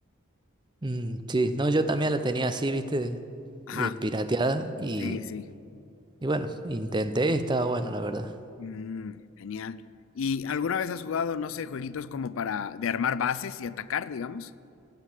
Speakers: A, on the right; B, on the left.
A: Mm, sí, no, yo también la tenía así, viste,
B: Ajá,
A: eh, pirateada y,
B: sí, sí.
A: y bueno, intenté y estaba bueno, la verdad.
B: Mm, genial. ¿Y alguna vez has jugado, no sé, jueguitos como para de armar bases y atacar, digamos?